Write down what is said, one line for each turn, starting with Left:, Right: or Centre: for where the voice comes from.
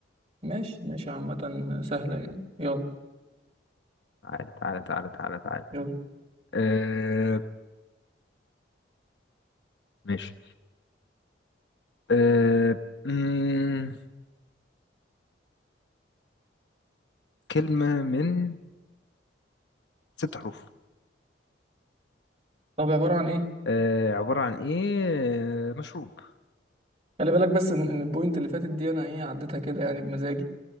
Right: ماشي ماشي عامة سهلة يعني يلا
Left: تعالى تعالى تعالى تعالى تعالى
Right: يلا
Left: أه ماشي أه مم، كلمة من ست حروف
Right: طب عبارة عن ايه؟
Left: آه عبارة عن ايه آه، مشروب
Right: خلي بالك بس ان إن البوينت اللي فاتت دي انا ايه عديتها كده يعني بمزاجي